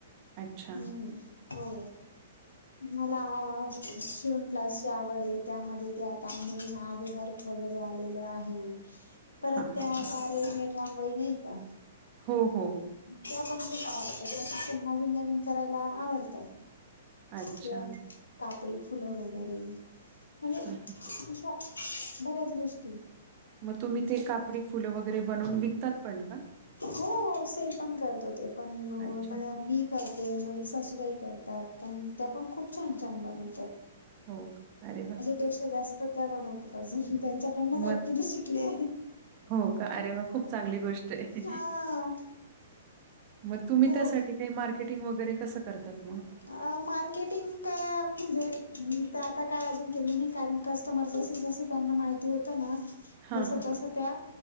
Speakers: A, on the right (about 35°); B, on the left (about 70°).
A: अच्छा.
B: हम्म हो मला शिवण क्लासची आवड आहे. त्यामध्ये त्या त्या मधून आरी वर्क वगैरे आलेल आहे. परत
A: हां,
B: त्यात
A: हां.
B: रेडीमेड रांगोळी नही का.
A: हो हो
B: त्या पण खूप आवडत. त्याण नवीन नवीन करायला आवडत.
A: अच्छा.
B: किंवा कापडी फुल वगैरे, म्हणजे
A: हां.
B: तशा बऱ्याच गोष्टी
A: मग तुम्ही ते
B: छोट्या
A: कापडी फुल वगैरे बनवून विकतात. पण का?
B: हो हो सेल पण करतो ते पण.
A: अच्छा.
B: मी करते. माझी सासूबाई करतात. त्या पण खूप छान छान बनवतात.
A: हो अरे व्वा
B: पेक्षा जास्त त्या बनवतात अजून त्यांच्याकडनच
A: मग
B: ऍक्चुली शिकले.
A: हो का? अरे वाह! खूप चांगली गोष्ट आहे.
B: हा
A: मग तुम्ही
B: खूप
A: त्यासाठी काही मार्केटिंग वगैरे कसं करतात मग?
B: अ मार्केटिंग का म्हणजे मी तर आता काय अजून केले नाही कारण कस्टमर जस जस त्यांना माहिती होत ना
A: हां,
B: तस
A: हां.
B: तस त्या